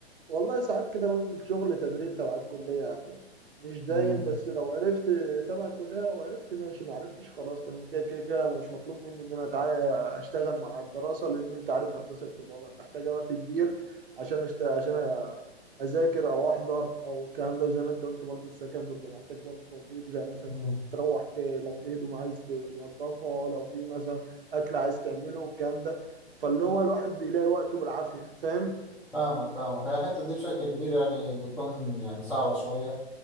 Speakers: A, on the right (about 60°); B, in the centre.
A: والله ساعات كده بنزل شغل تدريب تبع الكلية يعني مش دايم
B: مم.
A: بس لو عرفت تبع الكلية لو عرفت ماشي ما عرفتش خلاص تمام كده كده كده أنا مش مطلوب مني إن أنا أتع- أشتغل مع الدراسة لأن أنت عارف هندسة بتبقى محتاجة وقت كبير عشان أشت... عشان أ- أذاكر أو أحضر أو الكلام ده وزي ما أنت قلت برضه السكن بيبقى محتاج برضه توضيب زي مثلا
B: مم.
A: تروح ت... لو في هدوم عايز تنضفها لو في مثلا أكل عايز تعمله والكلام ده فاللي هو الواحد بيلاقي وقته بالعافية فاهم
B: فاهمك فاهمك هي الحتة دي بشكل كبير يعني بتكون يعني صعبة شوية